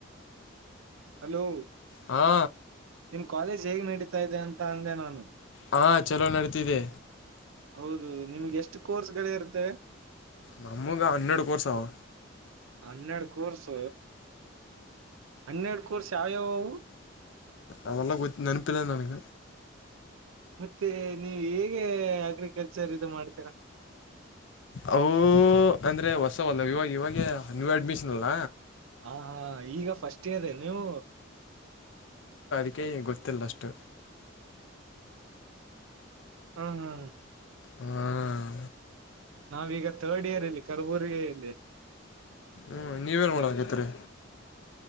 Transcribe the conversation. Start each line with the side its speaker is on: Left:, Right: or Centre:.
Right: ಹಲೋ.
Left: ಹಾ.
Right: ನಿಮ್ ಕಾಲೇಜ್ ಹೇಗ್ ನಡೀತಾ ಇದೆ ಅಂತ ಅಂದೆ ನಾನು.
Left: ಹಾಂ ಚಲೋ ನಡೆತಿದೆ.
Right: ಹೌದು ನಿಮ್ಗೆ ಎಷ್ಟು ಕೋರ್ಸ್ ಗಳ ಇರುತ್ತವೆ.
Left: ನಮ್ಮಗ ಹನ್ನೆಡ್ ಕೋರ್ಸ ಅವ.
Right: ಹನ್ನೆರಡ ಕೋರ್ಸ್ ಹನ್ನೆರಡ ಕೋರ್ಸ್ ಯಾವ್ಯಾವ ಅವು.
Left: ಅವಲ್ಲ ಗೊತ್ ನನಪಿಲ್ಲ ನನಗ.
Right: ಮತ್ತೆ ನೀವ ಹೇಗೆ ಅಗ್ರಿಕಲ್ಚರ್ ಇದು ಮಾಡ್ತೀರಾ.
Left: ಅವು ಅಂದ್ರೆ ಹೊಸವಲ್ಲ ಇವಾಗ ಇವಾಗ ನ್ಯೂ ಅಡ್ಮಿಷನ್ ಅಲ್ಲ.
Right: ಹಾ ಹಾ ಈಗ ಫಸ್ಟ್ ಇಯರ್ ಏನ ನೀವು.
Left: ಅಕೆ ಗೊತ್ತಿಲ್ಲ ಅಷ್ಟು.
Right: ಹಾ ಹಾ.
Left: ಹಾಂ
Right: ನಾವೀಗ ಥರ್ಡ್ ಇಯರ್ ಇಲ್ಲಿ ಕರ್ಬುರಗಿ ಅಲಿ.
Left: ಹ್ಞೂ ನೀವೇನು ಮಾಡಾಕತ್ತೀರಿ.